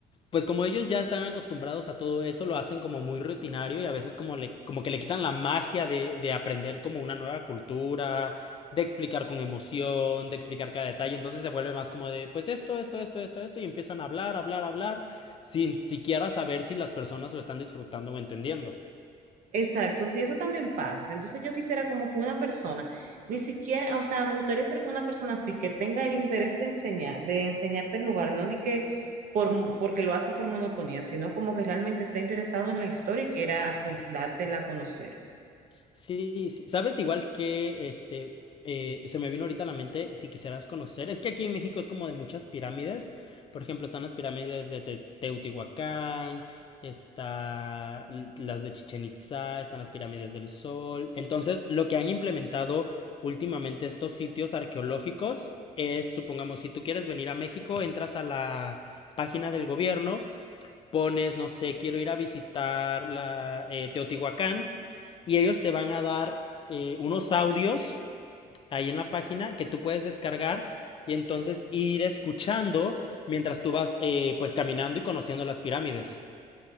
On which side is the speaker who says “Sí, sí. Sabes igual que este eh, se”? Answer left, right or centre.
Left